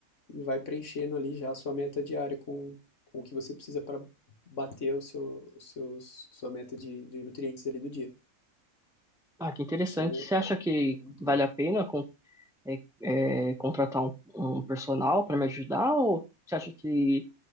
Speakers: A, on the left; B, in the centre.
A: e vai preenchendo ali já a sua meta diária com, com o que você precisa para bater o seu, os seus, sua meta de, de nutrientes ali do dia.
B: Ah, que interessante.
A: Isso é,
B: Você acha que
A: é muito
B: vale
A: bom.
B: a pena con- é, é, contratar um, um personal para me ajudar? Ou você acha que